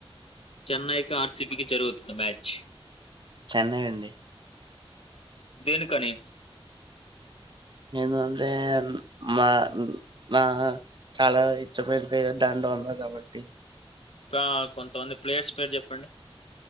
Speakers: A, on the left; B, on the right.
A: చెన్నైకి ఆర్సిీపీకి జరుగుతుంది మ్యాచ్
B: చెన్నై అండి
A: దన్ కని
B: ఎందు అంటే మా నా చాలా ఇచ్చపోయిన దండ ఉంది కాబట్టి
A: ఇ కొంతమంది ప్లేయర్స్ పేరు చెప్పండి